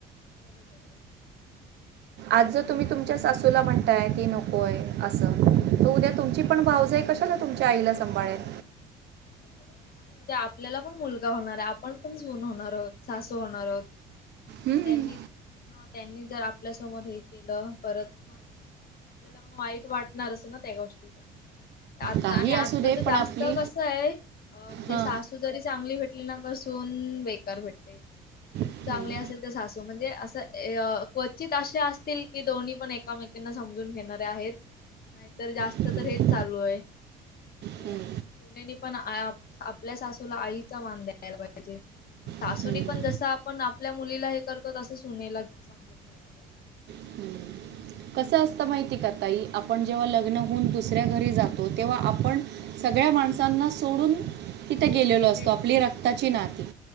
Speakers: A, on the left (about 50°); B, on the right (about 60°).
A: बरोबर आहे.
B: आज जर तुम्ही तुमच्या सासूला म्हणताय की नकोय असं. त उद्या तुमची पण भावजय कशाला तुमच्या आईला सांभाळेल.
A: बरोबर आहे आणि उद्या आपल्याला पण मुलगा होणार आहे आपण पण सुन होणार आहोत. सासू होणार आहोत,
B: हम्म.
A: त्यांनी त्यांनी जर आ आपल्या समोर हे केलं, परत मग आपल्याला पण वाईट वाटणारच ना त्या गोष्टीचा, आता
B: काही
A: आणि आत्ता
B: असू दे
A: ज
B: पण
A: जास्त
B: आपली
A: कस आहे म्हणजे
B: हां
A: सासू जरी चांगली भेटली ना, क सून बेकार भेटते. सून
B: हम्म,
A: चांगले असेल तर सासू म्हणजे असं अ क्वचित असे असतील की दोन्ही पण एकामेकी समजून घेणारे आहेत, नाहीतर जास्त
B: हम्म,
A: तर हेच चालू आहे म्हणजे
B: हम्म,
A: अ सुनेनी पण आपल्या सासूला आईचा मान द्यायला पाहिजे. आणि सासुनी
B: हम्म,
A: पण जस आपण आपल्या मुलीला हे करतो. तसं सुनाला समजून घ्यायला पाहिजे.
B: हम्म कसं असतं. माहिती का ताई आपण जेव्हा लग्न होऊन दुसऱ्या घरी जातो. तेव्हा आपण सगळ्या माणसांना सोडून
A: सोडून
B: तिथे गेलेलो
A: तेच
B: असतो. आपली रक्ताची
A: हा
B: नाती
A: तेच